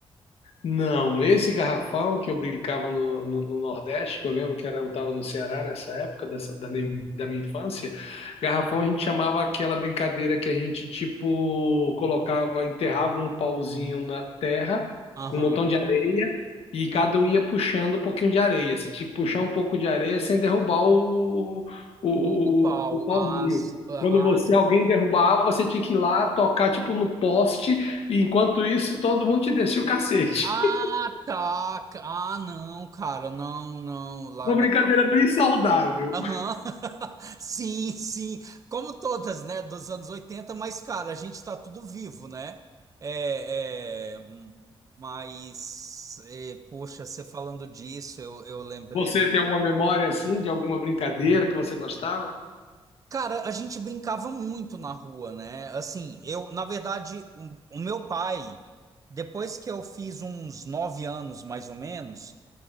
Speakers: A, on the left (about 80°); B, on the right (about 35°).
A: Não, esse garrafão que eu brincava no, no- no Nordeste, que eu lembro que era, eu estava no Ceará nessa época dessa, da, minha, da minha infância, garrafão a gente chamava aquela brincadeira que a gente tipo colocava, enterrava um pauzinho na terra
B: Aham.
A: com um montão de areia e cada um ia puxando um pouquinho de areia. Você tinha que puxar um pouco de areia sem derrubar o, o,
B: O, o pau,
A: o, o pauzinho.
B: as, as.
A: Quando você alguém derrubava, você tinha que ir lá tocar tipo no poste e enquanto isso, todo mundo te descia o cacete.
B: Ah,
A: <laughs>
B: tá. Ah, não, cara, não, não. Lá,
A: Uma
B: lá
A: brincadeira bem saudável.
B: Aham. <laughs> Sim, sim. Como todas, né, dos anos oitenta mas, cara, a gente tá tudo vivo, né? É, é, hum, mas, é, poxa, você falando disso, eu, eu lembrei.
A: Você tem alguma memória assim de alguma brincadeira que você gostava?
B: Cara, a gente brincava muito na rua, né? Assim, eu, na verdade, o, o meu pai, depois que eu fiz uns nove anos, mais ou menos,